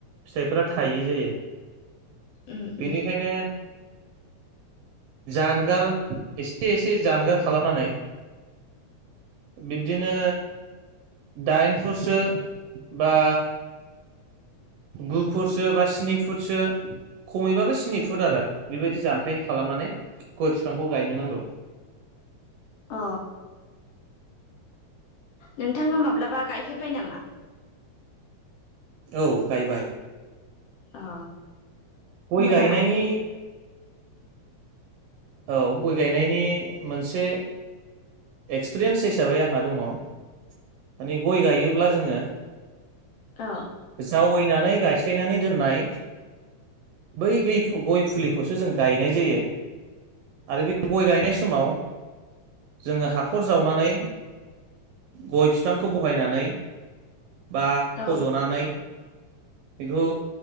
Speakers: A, on the right; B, on the left.
A: फिथाइफोरा थायै जायो
B: उम
A: बेनिखायनो
B: उम
A: जानगार एसे एसे जानगार खालामनानै बिब्दिनो दाइन फुटसो बा गुफुटसो बा स्नि फुटसो खमैबाबो स्नि फुट आरो बेबायदि जानथायनि खालामनानै गय फिफांखौ गायनो नांगौ
B: अ नोंथाङा माब्लाबा गायफेरबाय नामा
A: औ गायबाय
B: अ
A: गय
B: मोजाङानो
A: गायनायनि औ गय गायनायनि मोनसे एक्सपिरियेन्स हिसाबै आंहा दङ माने गय गायोब्ला जोङो
B: अ
A: जावैनानै गायस्लायनानै दोननाय बै गय फुलिखौसो जों गायनाय जायो आरो बे गय गायनाय समाव जोङो हाखर जावनानै गय फिफांखौ बहायनानै बा फजनानै
B: औ
A: बेखौ